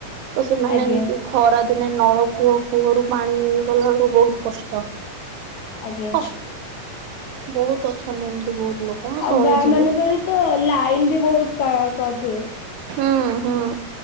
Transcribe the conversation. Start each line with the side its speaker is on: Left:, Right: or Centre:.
Right: ତ ସେମାନେ
Left: ଆଜ୍ଞା
Right: ଏମତି ଖରା ଦିନେ ନଳକୂଅ, କୂହରୁ ପାଣି ଇଏ କଲା ବେଳକୁ ବହୁତ କଷ୍ଟ।
Left: ଆଜ୍ଞା।
Right: ହ ବହୁତ ଅଛନ୍ତି, ଏମତି ବହୁତ ଲୋକ। ମୁଁ
Left: ଆଉ
Right: ଶୁଣିଛି
Left: ଗାଁ ମାନଙ୍କରେ
Right: ବି।
Left: ତ ଲାଇନ ବି ବହୁତ କ କଟ ହୁଏ।
Right: ହୁଁ, ହୁଁ।